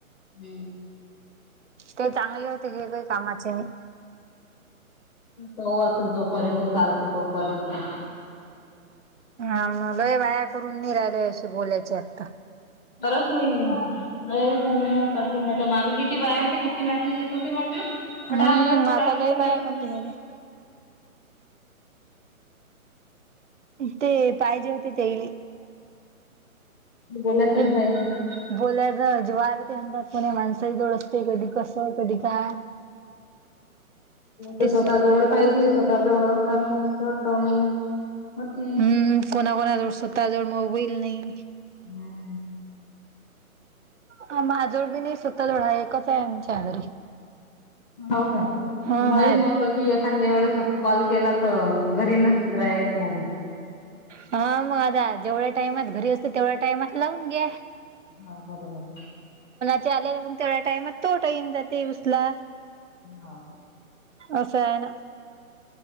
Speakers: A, on the left (about 35°); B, on the right (about 55°).
A: हम्म
B: ते चांगले होते हे काही कामाचे नाही.
A: तऊ आता जोपर्यंत चालते तोपर्यंत.
B: हा म्हलोय वाया करून नि राहिलय अशी बोलायचे आता.
A: बरच नाही ब झा नाही कर घ तर मागची बाया होते किती मॅसेज येत होते म. फटाफट
B: हम्म
A: फटाफट
B: आता लय बाया
A: मसेेत
B: कमी झाल्या ते पाहिजे होते तेईल
A: बोलायच नाही
B: हे
A: पाहिजे ना
B: बोलायचं अजवाल त्यांदा कोणी माणसही जोळ असते कधी कस कधी काय?
A: ते
B: तेच
A: स्वतः जवळ पाहिजे स्वतः जवळ असणार ना कस तर मग होते
B: हम्म कोणा कोणाजव स्वतःजव मोबाईल नाही.
A: हम्म
B: ह माजवळ बी नाही स्वतः जवढा एकच आहेच्या घरी
A: हो काय
B: हा
A: तुम्हाला
B: हा
A: मग कधी एखाद्या एवढचत कॉल केला तर घरी नच ग्र आहेत मोबाईल
B: हा मग आता जेवढ्या टाइमात घरी असत तेवढ्या टाइमात लावून घ्या.
A: हा बरोबर
B: आल्याला मग तेवढा टाइम तो टाईम जातेसला.
A: हा
B: अस सेयन